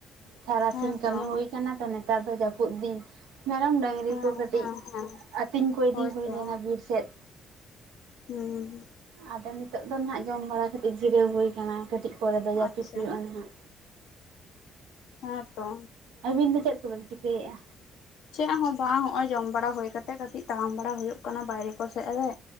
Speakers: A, on the right; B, on the left.
A: ᱛᱟᱨᱟᱥᱤᱧ
B: ᱦᱮᱸ
A: ᱠᱟᱹᱢᱤ
B: ᱛᱚ
A: ᱦᱩᱭ ᱠᱟᱱᱟ ᱛᱚ ᱱᱮᱛᱟᱨ ᱫᱚ ᱡᱟᱹᱯᱩᱫ ᱫᱤᱱ ᱢᱮᱨᱚᱢ ᱰᱟᱹᱝᱨᱤ,
B: ᱦᱮᱸ
A: ᱜᱟᱹᱭ ᱠᱚ ᱠᱟᱹᱴᱤᱡ
B: ᱦᱮᱸ ᱦᱮᱸ
A: ᱟᱹᱛᱤᱧ ᱠᱚᱸ ᱤᱫᱤ
B: ᱦᱳᱭᱛᱚ
A: ᱦᱩᱭ ᱞᱮᱱᱟ ᱵᱤᱨ ᱥᱮᱫ
B: ᱦᱩᱸ
A: ᱟᱫᱚ ᱱᱤᱛᱚᱜ ᱫᱚ ᱱᱟᱦᱟᱜ ᱡᱚᱢ ᱵᱟᱲᱟ ᱠᱟᱛᱮᱜ ᱡᱤᱨᱟᱹᱣ ᱦᱩᱭ ᱠᱟᱱᱟ ᱠᱟᱹᱴᱤᱡ ᱯᱚᱨᱮ ᱫᱚ ᱡᱟᱹᱯᱤᱫ
B: ᱟᱪᱪᱷᱟ
A: ᱦᱩᱭᱩᱜᱼᱟ ᱱᱟᱦᱟᱜ,
B: ᱦᱮᱸᱛᱚ
A: ᱟᱹᱵᱤᱱ ᱫᱚ ᱪᱮᱫ ᱠᱚᱵᱤᱱ ᱪᱤᱠᱟᱹᱭᱮᱫᱼᱟ,
B: ᱪᱮᱫ ᱦᱚᱸ ᱵᱟᱝ ᱱᱚᱼᱚᱭ ᱡᱚᱢ ᱵᱟᱲᱟ ᱦᱩᱭ ᱠᱟᱛᱮᱜ ᱠᱟᱹᱴᱤᱡ ᱛᱟᱲᱟᱢ ᱵᱟᱲᱟ ᱦᱳᱭᱳᱜ ᱠᱟᱱᱟ ᱵᱟᱭᱨᱮ ᱠᱚ ᱥᱮᱫ ᱨᱮ,